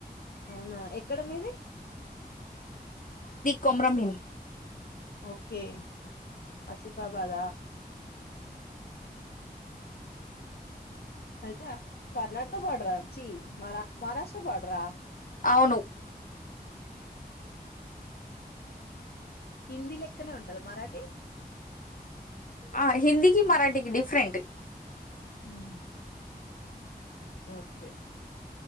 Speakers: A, on the left; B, on the left.
A: అవునా ఎక్కడ మీది
B: కొమ్రమిం
A: ఓకే ఆసిఫా వాళ్ళ అయితే కర్ణాటక బార్డరాచ్చి మ మహారాష్ట్ర బార్డరా
B: ను
A: హిందీ లెక్కన ఉంటంద మరాఠీ
B: ఆ హిందీకి మరాఠీకి డిఫరెంట్
A: ఉ ఓకే